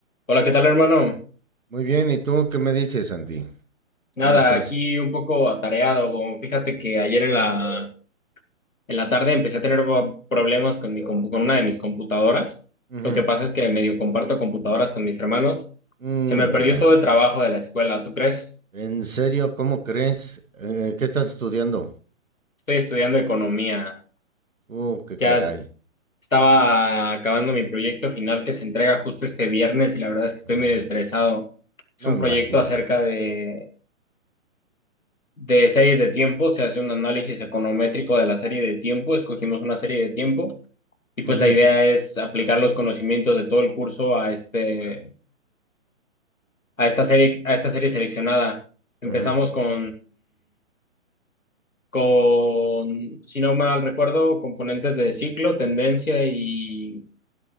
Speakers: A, on the left; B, on the right.
A: Hola, ¿qué tal, hermano?
B: Muy bien, ¿y tú qué me dices, Santi?
A: Nada,
B: ¿Cómo estás?
A: aquí un poco atareado. Como Fíjate que ayer en la, en la tarde empecé a tener bo- problemas con mi compu- con una de mis computadoras.
B: Ujú.
A: Lo que pasa es que medio comparto computadoras con mis hermanos.
B: Mm,
A: Se me perdió
B: ya.
A: todo el trabajo de la escuela, ¿tú crees?
B: ¿En serio? ¿Cómo crees? Eh, ¿Qué estás estudiando?
A: Estoy estudiando economía.
B: Uh, qué
A: Ya
B: caray.
A: estaba acabando mi proyecto final que se entrega justo este viernes y la verdad es que estoy
B: Ujú.
A: medio estresado. Es
B: No
A: un
B: me
A: proyecto
B: imagino.
A: acerca de de series de tiempo, se hace un análisis econométrico de la serie de tiempo, escogimos una serie de tiempo y pues
B: Ujú,
A: la idea es aplicar los conocimientos de todo el curso a este a esta serie a esta serie seleccionada. Empezamos
B: ujú,
A: con con si no mal recuerdo, componentes de ciclo, tendencia y,